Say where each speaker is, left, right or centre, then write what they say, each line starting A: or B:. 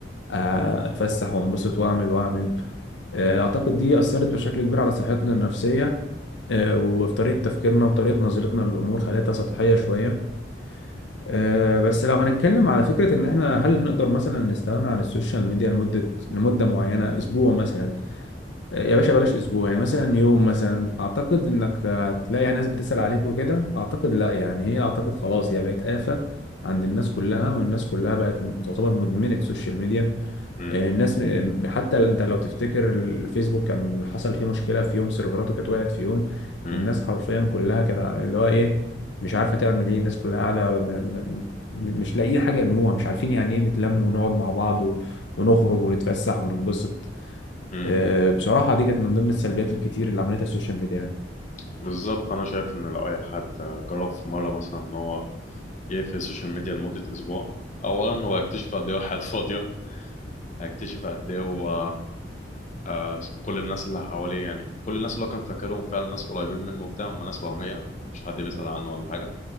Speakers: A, on the left (about 80°); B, on the left (about 40°).
A: آه، اتفسح وانبسط واعمل واعمل آه، اعتقد دي اثرت بشكل كبير على صحتنا النفسيه آه، وفي طريقه تفكيرنا وطريقه نظرتنا للامور خلتها سطحيه شويه آه، بس لو هنتكلم على فكره ان احنا هل نقدر مثلا نستغنى عن السوشيال ميديا لمده لمده معينه اسبوع مثلا يا باشا بلاش اسبوع يعني مثلا يوم مثلا اعتقد انك هتلاقي ناس بتسأل عليك وكده اعتقد لا يعني هي اعتقد خلاص هي بقت آفة عند الناس كلها والناس كلها بقت تعتبر مدمنة سوشيال ميديا
B: مم،
A: آه، الناس م- حتى انت لو تفتكر الفيسبوك كان حصل فيه مشكلة في يوم سيرفراته كانت وقعت في يوم
B: مم،
A: الناس حرفيا كلها كانت اللي هو ايه مش عارفة تعمل ايه الناس كلها قاعدة م- م- م- مش لاقيين حاجة يعملوها مش عارفين يعني ايه نتلم ونقعد مع بعض و- ونخرج ونتفسح وننبسط
B: مم.
A: آه، بصراحة دي كانت من ضمن السلبيات الكتير اللي عملتها السوشيال ميديا يعني
B: بالظبط أنا شايف إن لو أي حد جرب في مرة مثلا إن هو يقفل السوشيال ميديا لمدة أسبوع أولا هو يكتشف قد إيه هو حياته فاضية اكتشف قد ايه هو آه، كل الناس اللي حواليه يعني كل الناس اللي هو كان فاكرهم فعلا ناس قريبين منه وبتاع هم ناس وهمية مفيش حد بيسأل عنه ولا حاجة